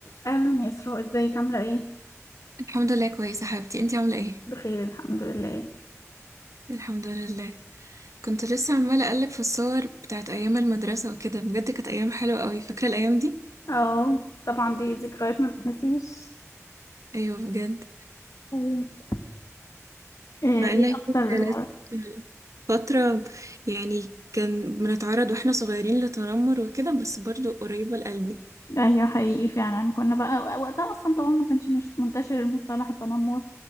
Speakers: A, on the left (about 75°); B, on the right (about 75°).
A: اهلا يا اسراء ازيك عامله ايه
B: الحمد لله كويسة حبيبتي انتي عاملة ايه؟
A: بخير الحمد لله
B: الحمد لله كنت لسه عمالة اقلب في الصور بتاعت ايام المدرسة وكده بجد كانت ايام حلوة قوي فاكرة الايام دي؟
A: اه طبعا دي ذكريات ما تتنسيش
B: ايوه بجد
A: ايوه ايه
B: مع
A: إيه
B: ان هي
A: اكتر
B: كانت فترة يعني كان بنتعرض واحنا صغيرين لتنمر وكده بس برضو قريبة لقلبي
A: ايوه حقيقي فعلا كنا بقى وقتها اصلا طبعا ما كانش مش منتشر مصطلح التنمر